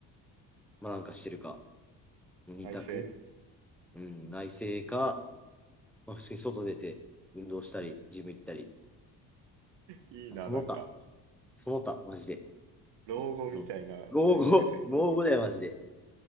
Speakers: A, in the centre; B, on the right.
A: まあなんかしてるか、2択。
B: 内政。
A: うん、内政か、まあ、普通に外出て、運動したり、
B: うん。
A: ジム行ったり、
B: いいな、
A: まあその他、
B: なんか、
A: その他、マジで。
B: 老後みたいな大学生活。
A: いその老後、老後だよ、マジで。